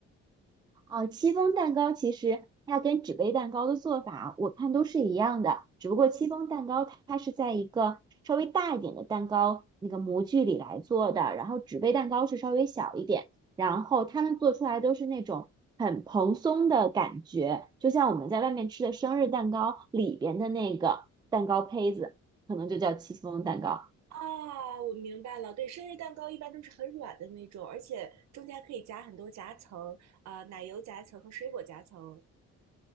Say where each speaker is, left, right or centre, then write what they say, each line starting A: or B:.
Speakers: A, on the right; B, on the right.
A: 哦，戚风蛋糕其实它跟纸杯蛋糕的做法，我看都是一样的，只不过戚风蛋糕它是在一个稍微大一点的蛋糕那个模具里来做的，然后纸杯蛋糕是稍微小一点，然后他们做出来都是那种很蓬松的感觉，就像我们在外面吃的生日蛋糕里边的那个蛋糕胚子，可能就叫戚风蛋糕。
B: 啊，我明白了。对，生日蛋糕一般都是很软的那种，而且中间可以夹很多夹层，啊、奶油夹层和水果夹层。